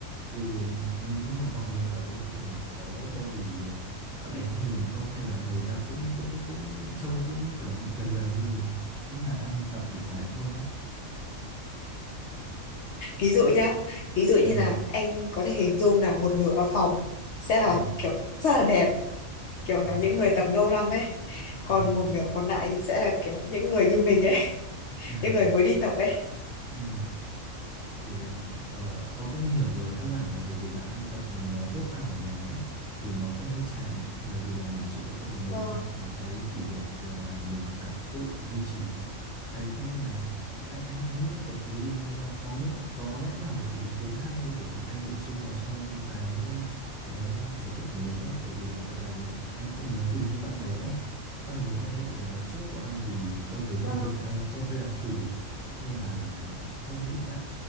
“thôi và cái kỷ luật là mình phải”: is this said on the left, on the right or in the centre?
Centre